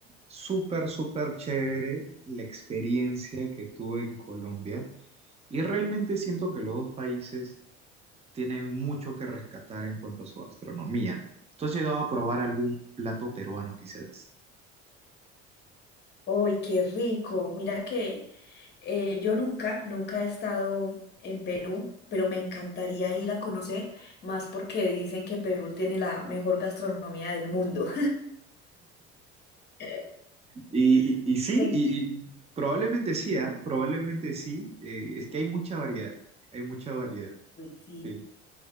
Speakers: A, on the right; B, on the left.
A: Súper, súper chévere la experiencia que tuve en Colombia y realmente siento que los dos países tienen mucho que rescatar en cuanto a su gastronomía. ¿Tú has llegado a probar algún plato peruano quizás?
B: ¡Uy, qué rico! Mira que eh, yo nunca, nunca he estado en Perú, pero me encantaría ir a conocer, más porque dicen que Perú tiene la mejor gastronomía del mundo. <laughs>
A: Y, y- y sí,
B: Me-
A: Y, y probablemente sí, ¿ah? Probablemente sí. Eh, es que hay mucha variedad, hay mucha variedad.
B: Uy, sí.
A: sí.